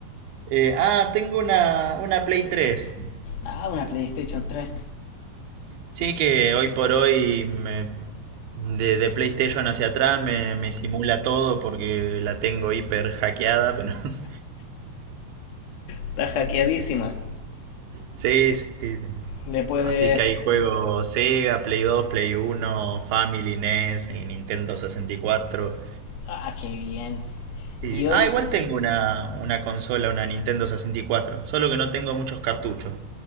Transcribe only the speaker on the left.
Ah, una PlayStation 3.
está hackeadísima.
Le puedes...
Ah, qué bien.
Y oye,